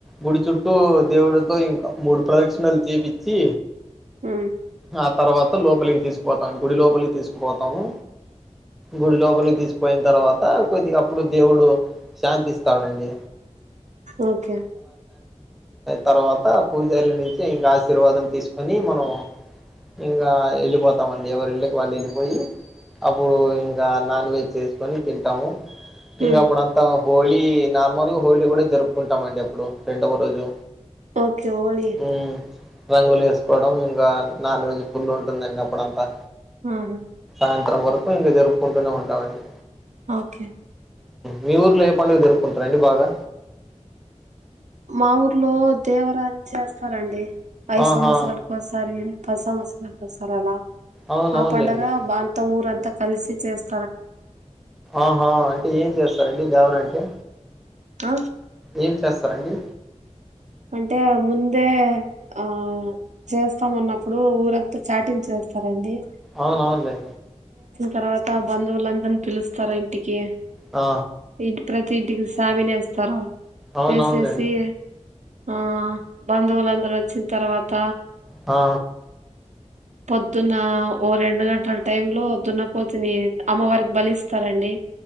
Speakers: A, in the centre; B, on the right.
A: గుడి చుట్టూ దేవుడితో ఇంకా మూడు ప్రదక్షిణ తం చేపిచ్చి
B: ఆ
A: ఆ తర్వాత లోపలికి తీసుకుపోతాం గుడి లోపలికి తీసుకుపోతాము గుడి లోపలికి తీసుపోయిన తర్వాత కొద్దిగా అప్పుడు దేవుడు శాంతిస్తాడు అండి
B: ఓకే
A: తర్వాత ఆ పూజరి నుంచి ఇంకా ఆశీర్వాదం తీసుకొని మనం ఇంగా వెళ్ళిపోతామండి ఎవరి ఇళ్ళకి వాళ్ళు పోయి అప్పుడు ఇంకా నాన్ వెజ్ చేసుకొని తింటాము
B: మ్మ్
A: ఇంకా అప్పుడంతా హోళ నార్మల్గా హోళ కూడా జరుపుకుంటామ అండి అప్పుడు రెండవ రోజు
B: ఒకే ఓలి
A: మ్మ్ రంగులు వేసుకోవడం ఇంకా నాన్ వెజ్ పుల్ ఉంటుందండి అప్పుడంతా
B: ఆహా
A: సాయంత్రం వరకు ఇంకా జరుపుకుంటూనే ఉంటామండి
B: ఓకే
A: మీ ఊర్లో ఏ పండుగ జరుపుకుంటారం అండి బాగా
B: మా ఊర్లో దేవరాని చేస్తారండి పఐదు
A: ఆహా
B: సంవత్సరాలకోసారి పది సంవత్సరాలకోసరీ అలా
A: అవునవునులేండి
B: ఆ పండగ బా అంత ఊరంతా కలిసి చేస్త
A: ఆహా అంటే ఏం చేస్తారండి దవరంటే
B: అ
A: ఏం చేస్తారండి
B: అంటే ముందే ఆ చేస్తామ అన్నప్పుడు ఊరంతా చాటించే స్తారండి
A: అవునవులే
B: తర్వాత బంధువులందరినీ పిలుస్తారా ఇంటికి
A: ఆ
B: ఇంటి ప్రతి ఇంటికి సామిన వేస్తారు
A: అవునవునులేండి
B: వేసేసి ఆ బంధువులుందరు వచ్చిన తర్వాత
A: హా
B: పొద్దున్న ఓ రెండు గంటల టైంలో పొద్దున్న దున్న పోతిని అమ్మవారికి బలిస్తారండి